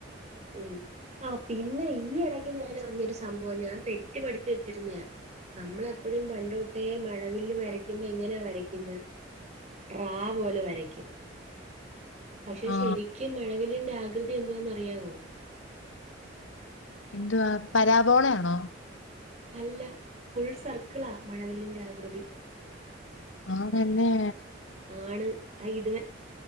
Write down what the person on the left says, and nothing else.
ആ
എന്തുവാ പരാബോളയാണോ?
ആണല്ലേ?...